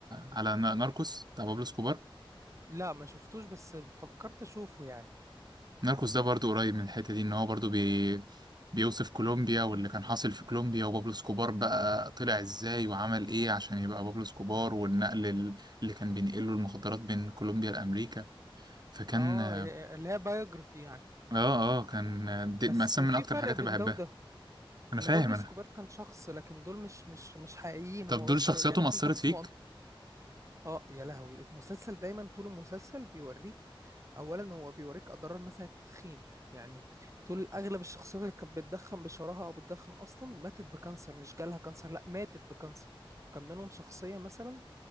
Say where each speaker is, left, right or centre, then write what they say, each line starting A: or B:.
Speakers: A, on the right (about 50°); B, on the right (about 35°).
A: على ناركوس بتاع بابلو سكوبار
B: لا ما شفتوش بس فكرت اشوفه يعني
A: ناركوس ده برضو قريب من الحتة دي ان هو برضو بي... بيوصف كولومبيا واللي كان حاصل في كولومبيا وبابلو سكوبار بقى طلع ازاي وعمل ايه عشان يبقى بابلو سكوبار والنقل ال- اللي كان بينقله المخدرات بين كولومبيا لأمريكا فكان
B: اه
A: اه
B: اللي هي بايوجرافي يعني
A: اه كان دي
B: بس
A: مثلا
B: في
A: من اكتر
B: فرق
A: الحاجات
B: بين
A: اللي بحبها
B: ده وده
A: انا
B: ان
A: فاهم
B: بابلو اسكوبار
A: انا
B: كان شخص لكن دول مش مش مش حقيقيين
A: طب
B: هو
A: دول
B: بس
A: شخصياتهم
B: يعني مفيش
A: أثرت
B: حد اسمه
A: فيك
B: أن- اه يا لهوي المسلسل دايما طول المسلسل بيوريك اولا هو بيوريك اضرار مثلا التدخين يعني طول اغلب الشخصيات اللي كانت بتدخن بشراهه او بتدخن اصلا ماتت بكانسر مش جالها كانسر لا ماتت بكانسر كان منهم شخصيه مثلا